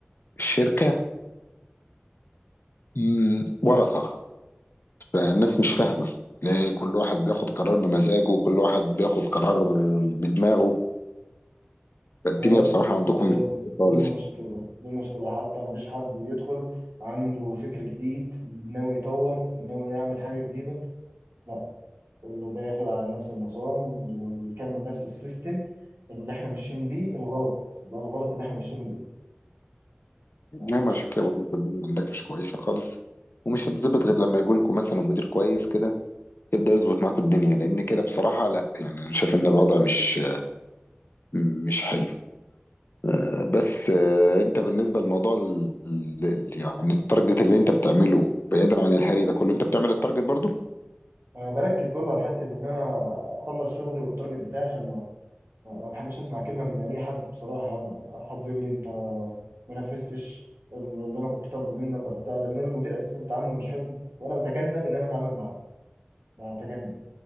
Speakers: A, on the left; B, on the right.
A: الشركة مم، ورثة فالناس مش فاهمة تلاقي كل واحد بياخد قرار بمزاجه وكل واحد بياخد قرار بدماغه فالدنيا
B: هي ال-
A: بصراحة عندكم
B: هي
A: مش
B: ال-
A: لذيذة خالص
B: دي المشكلة
A: يعني.
B: دي المشكلة حتى ما فيش حد بيدخل عنده فكر جديد ناوي يطور ناوي يعمل حاجة جديدة لا اللي داخل على نفس النظام بي- بيكمل نفس السيستم اللي احنا ماشيين بيه الغلط ده الغلط اللي احنا ماشيين بيه آه،
A: نعم
B: مش
A: عشان
B: عارف.
A: كده بقول لكم الدنيا عندك مش كويسة خالص ومش هتظبط غير لما يجي لكم مثلا مدير كويس كده يبدأ يظبط معاكم الدنيا لأن كده بصراحة لا يعني أنا شايف إن الوضع مش مش حلو آه، بس آه، انت بالنسبه لموضوع ال- ال- ال- يعني التارجت اللي انت بتعمله بعيدا عن الهري ده كله انت بتعمل التارجت برضو
B: انا بركز برضه على حتة ان انا اخلص شغلي والتارجت بتاعي عشان ما ما بحبش اسمع كلمه من اي حد بصراحه يعني ولا حد يقول لي انت ما نفذتش اللي انا كنت طالبه منك ولا بتاع لان أنا المدير اساسا تعامله مش حلو وانا بتجنب ان انا اتعامل معاه بتجنب